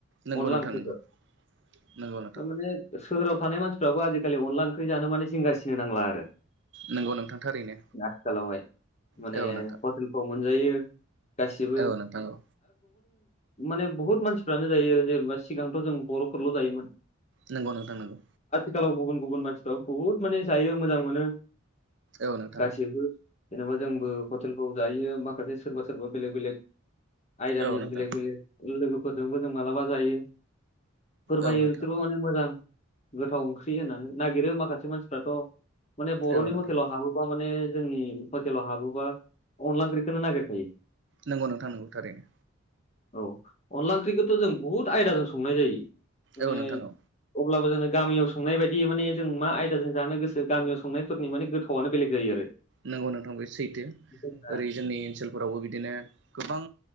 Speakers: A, on the right; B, on the left.
A: नंगौ
B: अनला
A: नोंथां
B: ओंख्रिखौ
A: नंगौ नंगौ
B: ओमफ्राय
A: नोंथां।
B: माने सोहोराव थानाय मानसिफ्राबो आजि खालि अनला ओंख्रि जानो माने जिंगासिनो नांला आरो।
A: नंगौ नोंथां थारैनो
B: आथिखालावहाय माने
A: औ नोंथां
B: मोनजायो गासिब
A: औ नोंथां औ
B: माने बुहुत मानसिफ्रानो जायो जेनेबा सिगांथ' जों बर'फोरल' जायोमोन।
A: नोंगौ नोंथां नोंगौ।
B: आथिखालाव गुबुन गुबुन मानसिफ्राव बहुत माने जायो मोजां मोनो।
A: औ नोंथां।
B: गासिबो जेनेबा जोंबो हटेलफ्राव जायो माखासे सोरबा सोरबा बेलेग बेलेग आयदानि
A: औ नोंथां
B: बेलेग बेलेग लोगोफोरजोंबो जों मालाबा जायो। फोरमायो
A: औ नोंथां
B: बिसोरबो माने मोजां गोथाव ओंख्रि होननानै नागिरो माखासे मानसिफ्राथ'। माने बर'नि
A: औ नोंथां
B: हतेलाव हाबोबा। मानि जोंनि हटेलाव हाबोबा अनला ओंख्रिखौनो नागिर खायो
A: नंगौ नोंथां नंगौ थारैनो
B: औ अनला ओंख्रिखौथ' जों बुहुत आयदाजों संनाय जायो। माने
A: औ नोंथां औ
B: अब्लाबो जोंनो गामियाव संनाय बायदि मानि जों मा आयदाजों जानो गोसो गामियाव संनायफोरनि माने गोथावआनो बेलेग जायो आरो
A: नोंगौ नोंथां बे सैथो
B: जोंना
A: ओरै जोंनि ओनसोलफोरावबो बिदिनो गोबां